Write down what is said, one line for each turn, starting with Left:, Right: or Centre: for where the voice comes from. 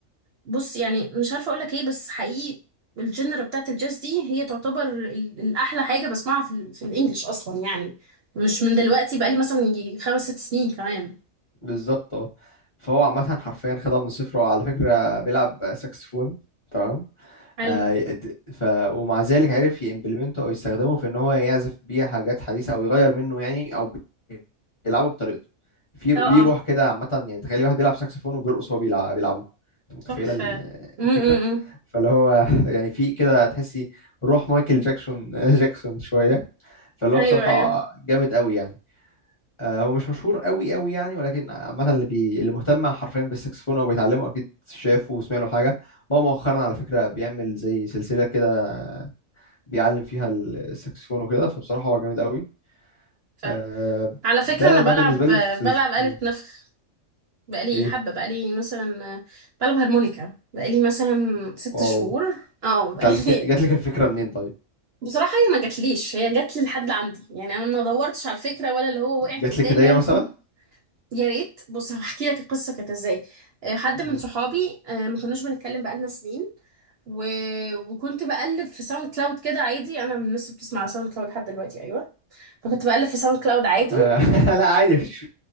Right: بص يعني مش عارفة اقولك ايه بس حقيقي الجنرا بتاعت الجاز دي هي تعتبر ال- الأحلى حاجة بسمعها في, ال... في الإنجليش أصلا يعني مش من دلوقتي بقالي مثلا يجي خمس ست سنين كمان
Left: بالظبط اه فهو عامة حرفيا خدها من الصفر وعلى فكرة بيلعب ساكسفون تمام
Right: حلو
Left: آه، ت- ف ومع ذلك عرف يمبلمنته او يستخدمه في ان هو يعزف بيه حاجات حديثه او يغير منه يعني او بي- يلعبه بطريقته في رو-
Right: اه
Left: ليه روح
Right: اه
Left: كده عامه يعني تخيل واحد بيلعب ساكسفون وبيرقص وهو بيلع- بيلعبه انت متخيله
Right: تحفة
Left: ال-
Right: م-
Left: الفكره
Right: م- م.
Left: فاللي هو <laughs> يعني في كده تحسي روح مايكل جاكسون <laughs> جاكسون شويه فاللي
Right: ايوه
Left: هو بصراحه
Right: ايوه
Left: جامد قوي يعني آه، هو مش مشهور قوي قوي يعني ولكن عامة اللي بي... اللي مهتم حرفيا بالسكسفون او بيتعلمه اكيد شافه وسمع له حاجة هو مؤخرا على فكرة بيعمل زي سلسلة كده بيعلم فيها ال- السكسفون وكده فبصراحة هو جامد قوي
Right: ف...
Left: آه،
Right: على
Left: ده
Right: فكرة انا
Left: ده
Right: بلعب
Left: بالنسبة لي في سلس...
Right: بلعب آلة
Left: مم،
Right: نفخ بقالي
Left: ايه
Right: حبة بقالي مثلا بلعب هارمونيكا بقالي مثلا ست
Left: واو
Right: شهور اه بقالي
Left: اتعلمت جات لك الفكرة منين طيب
Right: <laughs> بصراحة هي ما جاتليش هي جاتلي لحد عندي يعني انا ما دورتش على الفكرة ولا اللي هو وقعت
Left: جات
Right: قدامي
Left: لك هدية
Right: ولا
Left: مثلا
Right: كل يا ريت بص هحكي لك القصة كانت ازاي آه، حد
Left: مم.
Right: من صحابي آه، ما كناش بنتكلم بقالنا سنين و... وكنت بقلب في ساوند كلاود كده عادي انا من الناس اللي بتسمع ساوند كلاود لحد دلوقتي ايوه فكنت بقلب في ساوند كلاود عادي
Left: آه، <laughs> لا عادي مفيش